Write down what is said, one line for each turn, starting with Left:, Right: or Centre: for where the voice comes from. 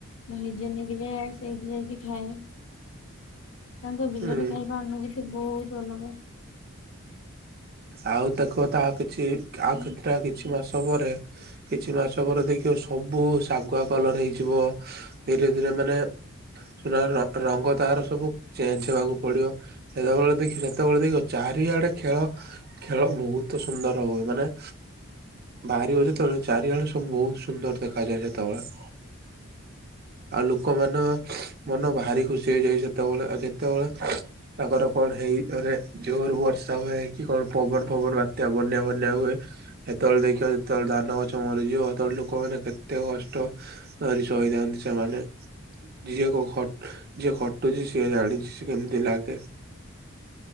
Left: ମୁଁ ନିଜେ ନେଇକି ଯାଏ ଆଉ ସେଇଠି ଯାଇକି ଖାଏ। ତାଙ୍କ ବିଲରେ
Right: ହୁଁ
Left: ଖାଇବା ଅନୁଭୂତି ବହୁତ୍ ଅଲଗା।
Right: ଆଉ ଦେଖ ତା କିଛି ଆଉ କେତେଟା କିଛି ମାସ ପରେ କିଛି ମାସ ପରେ ଦେଖିବ ସବୁ ଶାଗୁଆ କଲର୍ ହେଇଯିବ ଧୀରେ ଧୀରେ ମାନେ ସୁନା ର ରଙ୍ଗ ତାର ସବୁ ଚେଞ୍ଜ୍ ହେବାକୁ ପଡିବ। ସେତବେଳେ ଦେଖିବ ସେତବେଳେ ଦେଖିବ ଚାରିଆଡେ ଖେଳ ଖେଳ ବହୁତ ସୁନ୍ଦର ହୁଏ ମାନେ ବାହାରିବ ଯେତବେଳେ ଚାରିଆଡେ ସବୁ ବହୁତ ସୁନ୍ଦର ଦେଖାଯାଏ ସେତବେଳେ। ଆଉ ଲୋକମାନ ମନ ଭାରି ଖୁସି ହେଇଯାଏ ସେତେବେଳେ ଆଉ ଯେତେବେଳେ ତାଙ୍କର କଣ ହେଇ ମାନେ ଜୋରେ ବର୍ଷା ହୁଏ। କି କଣ ପବନ ଫବନ ବାତ୍ୟା ବନ୍ୟା ଫନ୍ୟା ହୁଏ। ହେତେବେଳେ ଦେଖିବ ଯେତେବେଳେ ଧାନ ଗଛ ମରିଯିବ ସେତେବେଳେ ଲୋକମାନେ କେତେ କଷ୍ଟ ଧରି ଶୋଇଥାନ୍ତି ସେମାନେ। ଯିଏ କୁ ଖ ଯିଏ ଖଟୁଛି ସିଏ ଜାଣିଛି ସେ କେମିତି ଲାଗେ।